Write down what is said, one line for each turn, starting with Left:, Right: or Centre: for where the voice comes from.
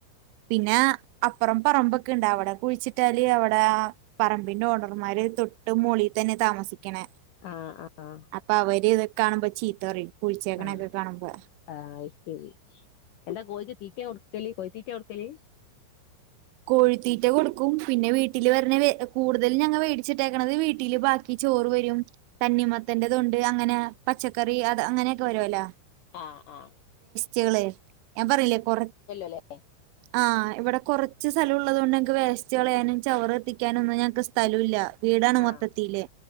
Right: പിന്നാ അപ്പുറം പറമ്പൊക്കെ ഇണ്ട് അവിടെ കുഴിച്ചിട്ടാല് അവിടാ പറമ്പിന്റെ ഓണർമാര് തൊട്ട് മോളി തന്നാ താമസി ക്കണേ
Left: ആഹ് ആഹ്
Right: അപ്പൊ അവര് ഇതൊ കാണുംമ്പ ചീത്ത പറയും കുഴിച്ചേക്കണൊക്കെ
Left: ആഹ്
Right: കാണുമ്പോ
Left: ആ അയ്ശെരി എന്താ കോഴിക്ക് തീറ്റ കൊ ക്കല് കോഴി തീറ്റ കൊടുക്കല്
Right: കോഴിത്തീറ്റ കൊടുക്കും പിന്നെ വീട്ടില് വെരണ വേ കൂടുതൽ ഞങ്ങൾ വേടിച്ചിട്ടെക്കണത് വീ വീട്ടിൽ ബാക്കി ചോറ് വരും തന്നിമത്തന്റത്തുണ്ട് അങ്ങന പച്ചക്കറി അത് അങ്ങനെയക്ക വരുവല്ലാ
Left: ആ ആ
Right: ചേള്ള് ഞാൻ പറയില്ലേ കൊറ
Left: അല്ലേ
Right: ആ ഇവിടെ കൊറച്ച് സ്ഥലം ഉള്ളത് കൊണ്ട് ഞങ്ങക്ക് വേസ്റ്റ് കളയാനും ചവറ് കത്തിക്കാനൊന്നും ഞങ്ങക്ക് സ്ഥലമില്ല വീടാണ്
Left: ആഹ്
Right: മൊത്തത്തില്